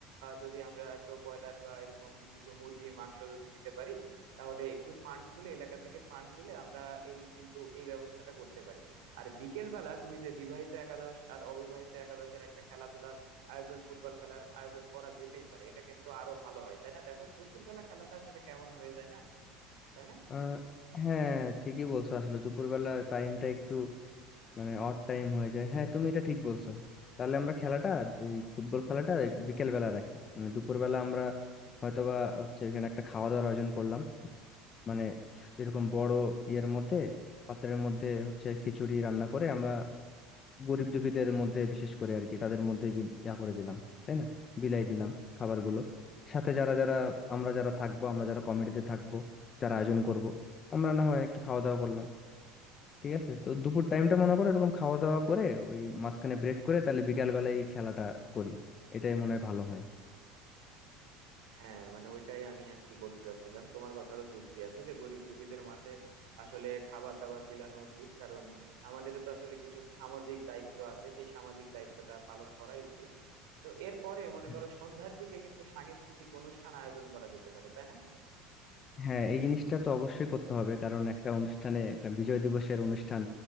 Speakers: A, on the right (about 75°); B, on the left (about 40°).
A: যদি আমরা একটু ব্রয়লার বা এরকম কিছু মুরগির মাংস যদি দিতে পারি তাহলে একটু ফান্ড তুলে এলাকা থেকে ফান্ড তুলে আমরা এই কিন্তু এই ব্যবস্থাটা করতে পারি আর বিকেল বেলা তুমি যে বিবাহিত একাদশ আর অবিবাহিত একাদশের একটা খেলাধুলার আয়োজন ফুটবল খেলার আয়োজন করা যেতেই পারে এটা কিন্তু আরো ভালো হয় তাই না দেখো দুপুরবেলা খেলাটা আসলে কেমন হয়ে যায় না তাই
B: আহ হ্যাঁ ঠিকই বলছো আসলে দুপুরবেলা টাইমটা একটু মানে অড টাইম হয়ে যায় হ্যাঁ তুমি এটা ঠিক বলছো তাহলে আমরা খেলাটা এই ফুটবল খেলাটা বিকেল বেলা রাখি মানে দুপুর বেলা আমরা হয়তোবা হচ্ছে এখানে একটা খাওয়া দাওয়ার আয়োজন করলাম মানে এরকম বড় ইয়ের মধ্যে পাত্রের মধ্যে হচ্ছে খিচুড়ি রান্না করে আমরা গরিব দুঃখীদের মধ্যে বিশেষ করে আর কি তাদের মধ্যে বিল- ইয়া করে দিলাম তাই না বিলাই দিলাম খাবারগুলো সাথে যারা যারা আমরা যারা থাকবো আমরা যারা কমিটিতে থাকবো যারা আয়োজন করব আমরা না হয় একটু খাওয়া দাওয়া করলাম ঠিক আছে তো দুপুর টাইমটা মনে করো এরকম
A: না
B: খাওয়া দাওয়া করে ওই মাঝখানে ব্রেক করে তাহলে বিকাল বেলায় এই খেলাটা করি এটাই মনে হয় ভালো হয়
A: হ্যাঁ মানে ওইটাই আমি আর কি বলতে চাচ্ছিলাম তোমার কথারও যুক্তি আছে যে গরিব দুঃখীদের মাঝে আসলে খাবার দাবার বিলানো উচিত কারণ আমাদেরও তো আসলে কিছু সামাজিক দায়িত্ব আছে সেই সামাজিক দায়িত্বটা পালন করাই উচিত তো এরপরে মনে
B: হ্যাঁ
A: করো সন্ধ্যার দিকে কিন্তু সাংস্কৃতিক অনুষ্ঠান আয়োজন করা যেতে পারে তাই না
B: হ্যাঁ এই জিনিসটা তো অবশ্যই করতে হবে কারণ একটা অনুষ্ঠানে একটা বিজয় দিবসের অনুষ্ঠান